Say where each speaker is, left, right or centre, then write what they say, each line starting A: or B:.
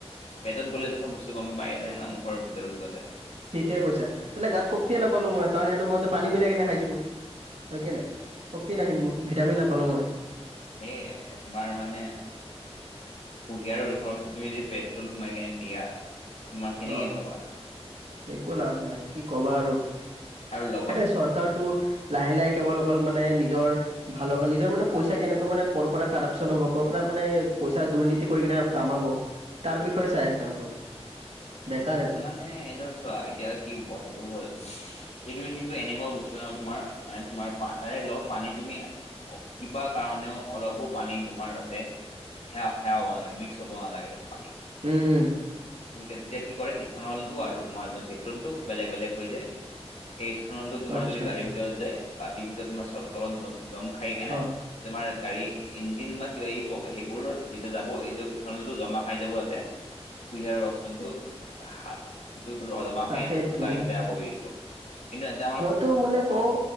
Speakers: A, on the left; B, on the right.
A: পেটত গ'লেতো চব বস্তু গম পায়ে যায় ন মুখৰ ভিতৰত গ'লে।
B: ঠিকে কৈছা মানে
A: এইটো
B: গাত শক্তিয়ে নাপালো মই কাৰণ এইটো মইটো পানী মিলাই কেনে খাইছো। হয় কে নাই শক্তি নাহিল মোৰ ভিটামিন নাপালো মই।
A: এ তোমাৰ মানে কুহিয়াৰ ৰষৰ তুমি যদি পেট্ৰল সোমাই কিনে দিয়া। তোমাৰ কেনেকে
B: অ
A: পাবা
B: একো লাভ নাই কি কবা আৰু
A: আৰু লগত
B: এ চৰ- কাৰটো লাহে লাহে কেৱল অকল মানে নিজৰ ভাল নিজৰ মানে পইচা কেনেকুৱা মানে কৰ পৰা কৰাপচন হব কৰ পৰা মানে পইচা দুৰ্নীতি কৰি কিনে কমাব তাৰ বিষয়ে চাই আছে অকল। বেকাৰ একদম
A: মানে সে ধৰ চোৱা এতিয়া কি কথাটো হ'ল ই টুৱেন্টিটো এনেকুৱা বস্তু ন তোমাৰ মানে তোমাৰ পাদাৰে লগ পানী তুমি কিবা কাৰণেও অলপো পানী তোমাৰ তাতে হেয়াও হেয়াও হোৱা লাগে মিক্স হোৱা ন লাগে আৰু পানী।
B: উম উম।
A: সি কে তেতিয়া কি কৰে ইথনলটো আৰু তোমাৰ পেট্ৰলটো বেলেগ বেলেগ হৈ যায়। এই ইথনলটো তোমাৰ
B: আচ্ছা
A: যদি গাড়ীৰ ভিতৰত যায় গাতিৰ ভিতৰত তোমাৰ চৰ তলত জম খাই কেনে
B: অ
A: তোমাৰ গাড়ী ইঞ্জিন বা কিবা সেইবোৰত যেতিয়া যাব এই ইথনলটো জমা খাই যাব তাতে। কুঁহিয়াৰ ৰখ চোন টো। সেইটোৰ জমা
B: তাকেতো
A: হৈ এ গাড়ীটো বেয়া কৰি দিব কিন্তু এতে আমাৰ
B: তো মনে কৌ।